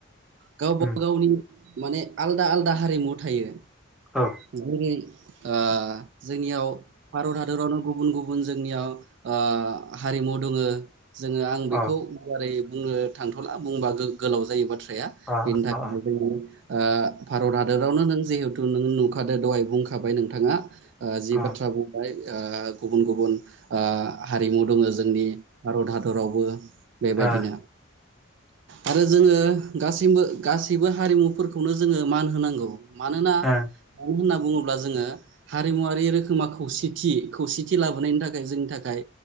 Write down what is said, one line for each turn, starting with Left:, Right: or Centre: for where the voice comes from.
Right: गावबा
Centre: उम
Right: गावनि माने आलदा आलादा हारिमु थायो
Centre: औ
Right: जेरै ओ जोंनियाव भारत हादरावनो गुबुन गुबुन जोंनियाव ओ हारिमु दङ जोङो आं बेखौ
Centre: अ
Right: गुवारै बुंनो थांथ'ला बुंबा गोलाव जायो बाथ्राया
Centre: अ
Right: बेनि थाखायनो जोंनि ओ भारत हादरावनो नों जिहेतु नों नुखादो दहाय बुंखाबाय नोंथाङा ओ जि
Centre: अ
Right: बाथ्रा बुंबाय ओ गुबुन गुबुन ओ हारिमु दङो जोंनि भारत हादरावबो बेबायदिनो
Centre: अ
Right: आरो जोङो गासैबो गासैबो हारिमुफोरखौनो जोङो मान होनांगौ मानोना
Centre: अ
Right: मान बुङोब्ला जोङो हारिमुवारि रोखोमा खौसेथि खौसेथि लाबोनायनि थाखाय जोंनि थाखाय